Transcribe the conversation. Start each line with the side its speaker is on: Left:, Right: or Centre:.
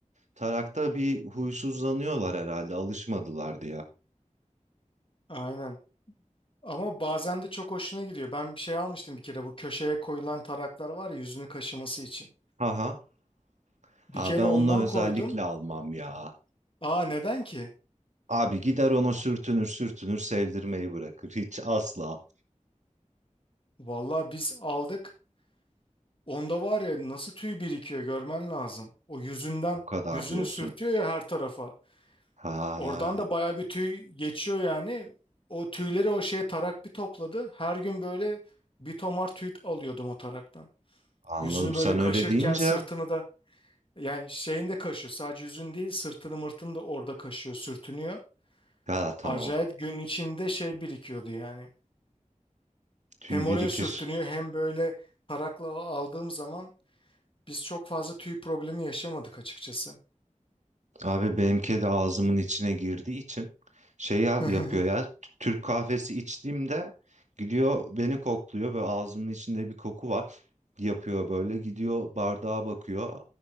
Right: Tarakta bir huysuzlanıyorlar herhalde alışmadılar diye.
Left: aynen. Ama bazen de çok hoşuna gidiyor. Ben bir şey almıştım bir kere bu köşeye koyulan taraklar var ya yüzünü kaşıması için.
Right: Aha.
Left: Bir
Right: Ha
Left: kere
Right: ben onunla
Left: ondan
Right: özellikle
Left: koydum.
Right: almam ya.
Left: Aa neden ki?
Right: Abi gider ona sürtünür sürtünür sevdirmeyi bırakır. Hiç asla.
Left: Vallahi biz aldık. Onda var ya nasıl tüy birikiyor görmen lazım. O yüzünden
Right: O kadar
Left: yüzünü
Right: diyorsun.
Left: sürtüyor ya her tarafa.
Right: Ha
Left: Oradan da baya bir tüy geçiyor yani. O tüyleri o şey tarak bir topladı. Her gün böyle bir tomar tüy alıyordum o taraktan.
Right: anladım.
Left: Yüzünü
Right: Sen
Left: böyle kaşırken
Right: öyle deyince
Left: sırtını da yani şeyini de kaşıyor. Sadece yüzün değil sırtını mırtını da orada kaşıyor sürtünüyor.
Right: ha tamam.
Left: Acayip gün içinde şey birikiyordu yani.
Right: Tüy
Left: Hem
Right: birikir.
Left: oraya sürtünüyor hem böyle tarakla aldığım zaman biz çok fazla tüy problemi yaşamadık açıkçası.
Right: Abi benimki de ağzımın içine girdiği için şey ya-
Left: <laughs>
Right: yapıyor ya. Türk kahvesi içtiğimde gidiyor beni kokluyor ve ağzımın içinde bir koku var. Yapıyor böyle gidiyor bardağa bakıyor.